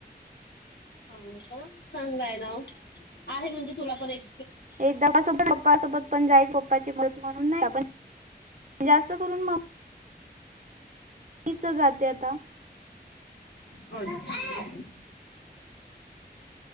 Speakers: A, on the left; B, on the right.
A: हा का चांगला आहे ना आहे म्हणजे तुला पण एक.
B: एकदाोबत पप्पासोबत ण जायच पप्पाची मदत म्हणून नाही आपण जास्त करून मग. तिच जाते आता.
A: होय.